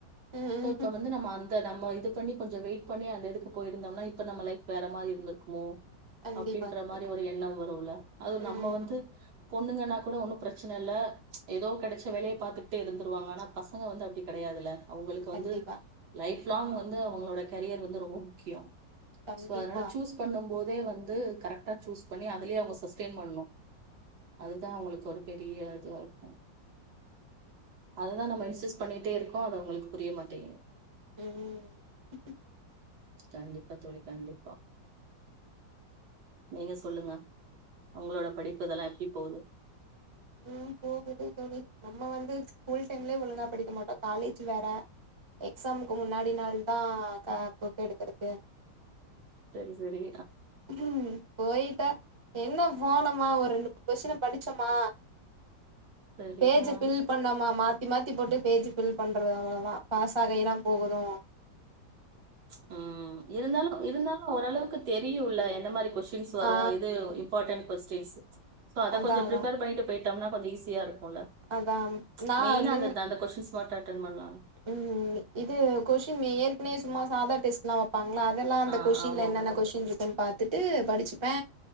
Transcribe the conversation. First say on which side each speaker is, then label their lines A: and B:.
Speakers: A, on the right (about 20°); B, on the right (about 65°).
A: ம்
B: சோ இப்ப வந்து நம்ம அந் த நம்மோ இது பண்ணி கொஞ்சோ வெயிட் பண்ணி அந்த இதுக் போயிருந்தோம்னா இப்ப நம்ம லைஃப் வேற மாரி இருந்துர்க்கோ மோ
A: கண்டிப்பா
B: அப்டின்ற
A: கண்டிப்பா
B: மாரி ஒரு எண்ணம் வரோவுல்லே அதுவு
A: ம்
B: நம்ம வந்து பொண்ணுங்கனா கூட ஒண்ணூ பிரச்சன இல்லே ச்ச ஏதோ கெடச்ச வேலையே பாதுட் டே இருந்துருவாங்கனாப் பசங்கே வந்து அப்டி கெடையாதுலே அவுங்ளுக்கு
A: கண்டிப்பா
B: வந்து லைஃப் லாங் வந்து அவுங்ளோட கேரியர் வந்து ரொம்போ முக்கியோ
A: கண்டிப்பா
B: சோ அதுனால சூஸ் பண்ணும்போதே வந்து கரெக் ட்டா சூஸ் பண்ணி அதுலே அவங்க சஸ்டெய்ன் பண்ணு அதுதா அவங்களுக்கு ஒரு பெரிய இதுவாருக்கு அதுதா நம்ம இன்சிஸ் பண்ணிட்டே இருக்கோ அது அவங்களுக்கு புரிய மாட்டிங்
A: ம்
B: கண்டிப்பா தோழி கண்டிப்பா, நீங்க சொல்லுங்க உங்களோட படிப்பு இதெல்லா எப்டி போகுது
A: ம் போகுது தோழி நம்ம வந்து ஸ்கூல் டைம்லயே ஒழுங்கா படிக்க மாட்டோ காலேஜு வேற எக்ஸாம்க்கு முன்னாடி நாள் தா க புக் எடுப் <unintelligible>
B: செரி செரி
A: ம் போயிட்டா என்ன போனமா ஒரு ரெண்டு கொஸின்ன படிச்சோமா
B: சரி
A: பேஜ்ஜ
B: ஆ
A: ஃபில் பண்ணமா மா தி மாத்தி போட்டு பேஜ் ஃபில் பண்றது அவ்ளோதா பாஸ் ஆகையேதா போகுதோ
B: ச்ச உம் இருந்தாலு இருந்தாலு ஒரளவுக்கு தெரியுல எந்த மாரி கொஷ் சின்ஸ் வரோ
A: ஆ
B: எது இம்பாட்டன் கொஸ் ஃபேஸ் இட் சோ அத
A: அதா
B: கொஞ்சொ
A: அதா
B: ப்ரிப்பேர் பண்ணிட்டு போ டம்னா கொஞ்சொ ஈஸியா இரு கோல
A: அதா
B: ச்ச
A: நா
B: மெயினா
A: மின்னு
B: அந்த தந்த கொஸ்சின்ஸ் வாட் அட்டன் பண்லா
A: ம் இது கொஷின் ஏற்கனவே சும்மா சாதா டெஸ்லா வெப் பங்ளா அதெல்லா அந்த
B: ஆ
A: கொஸ்சின்ல
B: ஆமா
A: என்னென்ன
B: ஆமா
A: கொஸ்சின் இருக்குன்னு பாத்துட் டு படிச்சுப்பே